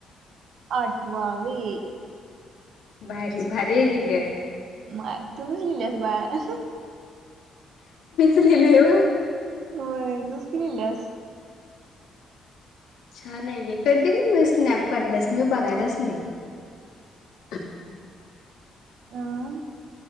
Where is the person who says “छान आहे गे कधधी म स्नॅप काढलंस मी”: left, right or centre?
Left